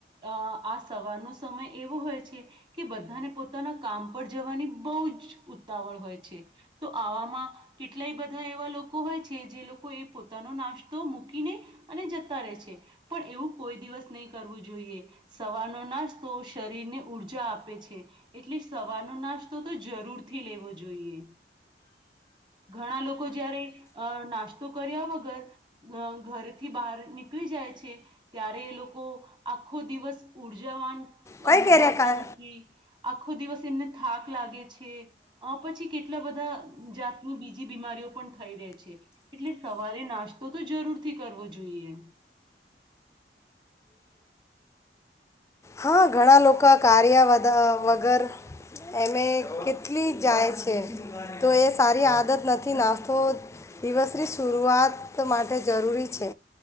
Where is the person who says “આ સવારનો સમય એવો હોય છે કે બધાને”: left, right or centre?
Right